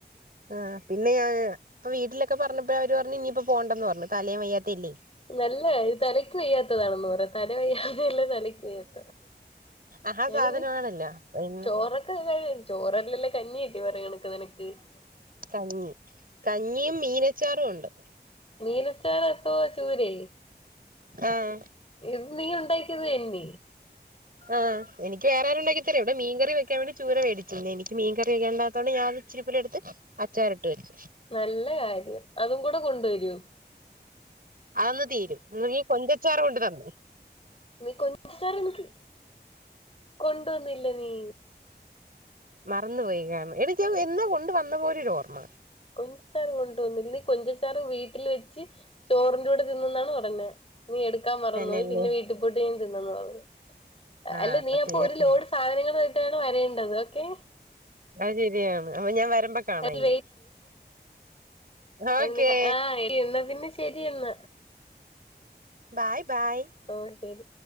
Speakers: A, on the right (about 55°); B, on the left (about 35°).
A: ആഹ് പിന്നെ ഞാൻ ഇപ്പൊ വീട്ടിലൊക്കെ പറഞ്ഞപ്പോ അവര് പറഞ്ഞു ഇനിയിപ്പോ പോണ്ടന്ന് പറഞ്ഞു തലേയും വയ്യാത്തെല്ലേ
B: നല്ല ഇത് തലയ്ക്ക് വയ്യാത്തതാണെന്ന് പറയാ തല വയ്യാ <unintelligible>
A: ആ
B: അങ്ങനെ
A: സാധനമാണല്ലോ
B: നീ
A: പിന്നെ
B: ചോറ കഴിയ ചോറല്ലല്ല കഞ്ഞി അല്ലെ പറയ്ണേട്ടത് <unintelligible>
A: കഞ്ഞി കഞ്ഞിയും മീനച്ചാറും ഉണ്ട്
B: മീനച്ചാര എത്ത ചൂരേ
A: ആഹ്
B: ഇത് നീ ഉണ്ടാക്കിയത് അല്ലേ
A: ആഹ് എനിക്ക് വേറെ ആരുണ്ടാക്കി തരും ഇവ്ടെ മീൻറി വെക്കൻ വേണ്ട ചരേടിച്ചിേ എനി മീൻറി വെേണ്ടാത്തോ ഞൻ ഇച്ചിരിപ്പൂ എടുത്ത് അച്ചാറീട്ട് വെച്ചു
B: നല്ല കാര്യം അതും കൂടെ കൊണ്ടുവരു
A: അതന്ന് തീരും ഇ കൊഞ്ചച്ചാറ് കൊണ്ട് തന്നു
B: നീ കൊഞ്ചസരം എനിക്ക് കൊണ്ടുവന്നില്ല നീ
A: മറന്നു പോയികാണ് എടിക്ക എന്നാ കൊണ്ട വന്ന പോലൊരു ഓർമ്മ
B: കൊഞ്ചച്ചാറ് കൊണ്ട പോോന്ന നീ കൊഞ്ചച്ചാറ് വീട്ടിൽ വെച്ച് ചോറിന്റെറെ കൂടെ തിന്നന്നാണ് പറഞ്ഞ നീ എടുക്കാൻ മറന്നു
A: തന്നെയല്ലേ
B: പിന്നെ വീട്ടിൽപൊട്ട് നീൻ തിന്നന്ന് പറഞ്ഞു
A: ആഹ്
B: അല്ല നീ അപ്പൊ
A: തീർന്ന്
B: ഒരു ലോഡ്
A: കാണും.
B: സാധനങ്ങളായിട്ടാണ് വരേണ്ടത് ഓക്കെ
A: അത് ശരിയാണ് അപ്പൊ ഞാൻ വരുമ്പോ കാണാ
B: അതിൽ
A: ഇനി ഓക്കേ
B: ഞ ആ എന്ന പിന്നെ ശരി എന്ന
A: ബായ് ബൈ
B: ഓഹ് ശരി